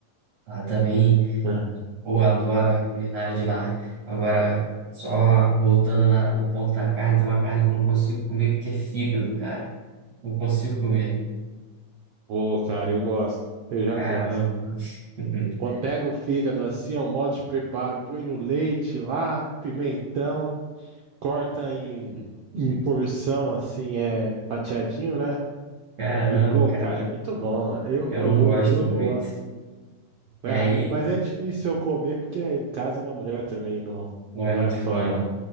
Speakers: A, on the right (about 55°); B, on the right (about 75°).
A: Lá também.
B: É.
A: Pô, adoro a culinária de lá. Agora, só voltando na- no ponto da carne, tem uma carne que eu não consigo comer que é fígado, cara. Não consigo comer.
B: Pô, cara, eu gosto, eu já
A: Caramba.
B: gosto.
A: <laughs>
B: Pô, Pega o fígado assim, ó, o modo de preparo, põe no leite lá, pimentão, corta em, em porção assim, é fatiadinho, né?
A: Caramba,
B: E pô,
A: cara.
B: cara, é muito bom, eu,
A: Eu não
B: eu,
A: gosto
B: eu
A: muito.
B: gosto.
A: E
B: Ah,
A: aí,
B: e- mas é difícil eu comer porque em casa minha mulher também não,
A: não é
B: não
A: muito
B: é fã,
A: fã,
B: não.